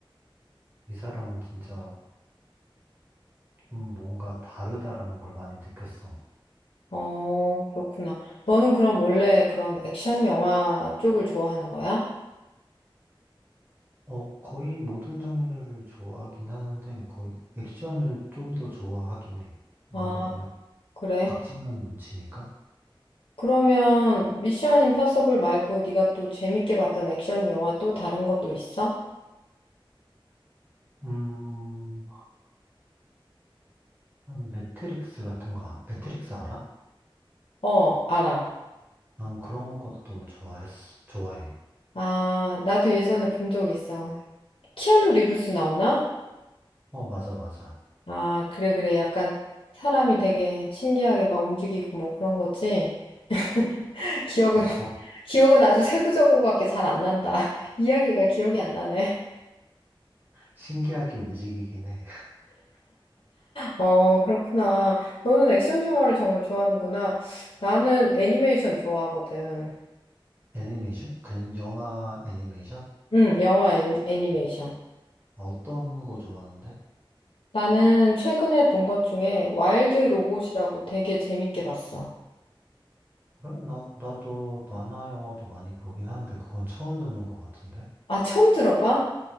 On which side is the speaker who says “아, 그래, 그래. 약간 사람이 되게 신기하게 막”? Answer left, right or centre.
Left